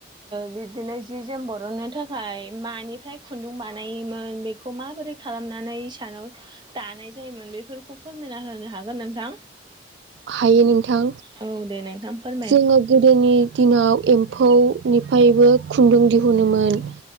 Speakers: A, on the right; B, on the right.
A: बिबदिनो जि जोम बरननो थाखाय मानिफ्राय खुन्दुं बानायोमोन बे खौ माबोरै खालामनानै इसानाव दानाय जायोमोन बेफोरखौ फोरमायना होनो हागोन नोंथां।
B: हायो नोंथां
A: औ दे नोंथां फोरमाय
B: जोङो गोदोनि दिनाव एम्फौनिफायबो खुन्दुं दिहुनोमोन।